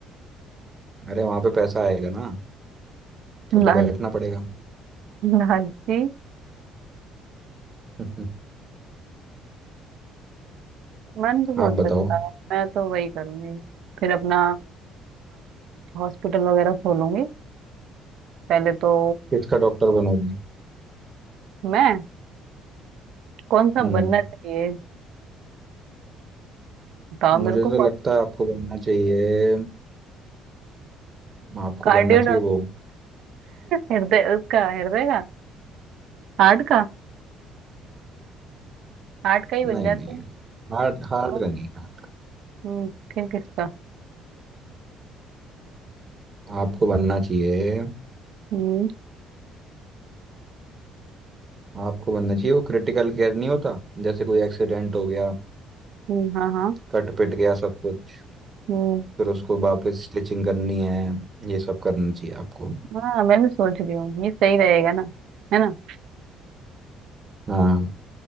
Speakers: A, on the right (about 35°); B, on the right (about 60°).
A: अरे वहां पे पैसा आएगा ना तो तो
B: लाल
A: बैठना पड़ेगा
B: लालची
A: <laughs>
B: मन तो सोच
A: आप बताओ
B: रखता है मैं तो वही करूंगी फिर अपना हॉस्पिटल वगैरह खोलूंगी पहले तो
A: किसका डॉक्टर बनोगी
B: मैं कौन सा
A: हम्म
B: बनना चाहिए बताओ मेरे
A: मुझे
B: को
A: तो
B: कौन
A: लगता है आपको बनना चाहिए आपको
B: कार्डियो
A: बनना चाहिए वो
B: हृदय उसका हृदय का हार्ट का हार्ट का ही बन
A: नहीं
B: जाते
A: नहीं
B: हैं
A: नहीं हार्ड हार्ड
B: ओ,
A: का नहीं है
B: हम्म फिर किसका
A: आपको बनना चाहिए
B: हम्म
A: आपको बनना चाहिए वो क्रिटिकल केयर नहीं होता जैसे कोई एक्सीडेंट हो गया
B: हम्म, हाँ हाँ
A: कट पिट गया सब कुछ
B: हम्म
A: फिर उसको वापस स्टिचिंग करनी है ये सब करना चाहिए आपको
B: हाँ मैं भी सोच रही हूँ ये सही रहेगा ना है ना
A: हाँ